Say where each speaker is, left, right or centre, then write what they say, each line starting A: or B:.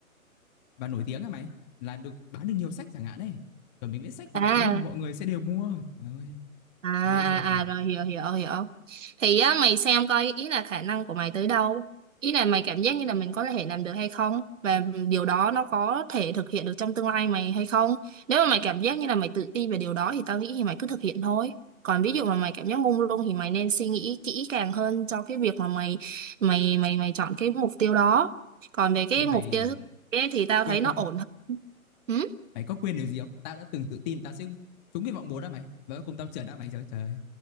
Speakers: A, on the left; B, on the right.
A: và nổi tiếng à mày là được bán được nhiều sách chẳng hạn ấy rồi mình viết sách vào
B: À,
A: ô oh, mọi người sẽ đều mua trời ơi
B: à
A: còn bây
B: à
A: giờ thì
B: à rồi hiểu hiểu hiểu thì á mày xem coi ý là khả năng của mày tới đâu ý là mày cảm giác như là mình có thể làm được hay không và điều đó nó có thể thực hiện được trong tương lai mày hay không nếu mà mày cảm giác như là mày tự tin về điều đó thì tao nghĩ thì mày cứ thực hiện thôi còn ví dụ mà mày cảm giác mông lung thì mày nên suy nghĩ kỹ càng hơn cho cái việc mà mày mày mày mày chọn cái mục tiêu đó còn về cái
A: em
B: mục
A: mày
B: tiêu thứ ấy thì tao
A: quên
B: thấy nó
A: không
B: ổn hơn Ừ?
A: mày có quên điều gì không tao đã từng tự tin tao sẽ trúng cái vọng muốn đó mày và cuối cùng tao trượt đó mày trời ơi, trời ơi